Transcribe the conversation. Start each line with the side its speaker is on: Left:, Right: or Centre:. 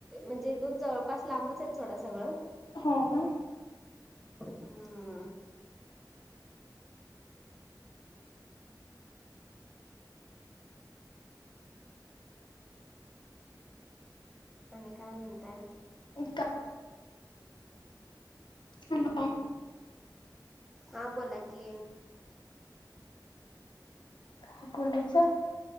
Centre: म्हणजे इथून जवळपास लांबच आहे थोडं सगळं
Left: हो का
Centre: हम्म आणि काय म्हणताय
Left: उपका हॅलो
Centre: हा बोला की
Left: काय बुलेच